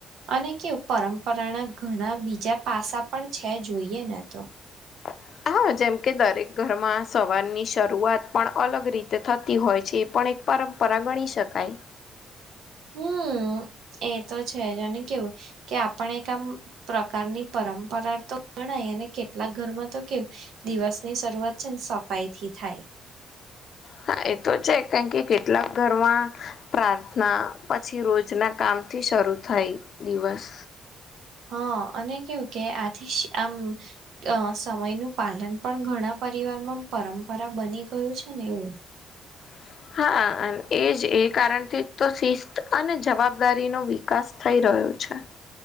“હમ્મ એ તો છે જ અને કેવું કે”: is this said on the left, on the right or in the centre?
Right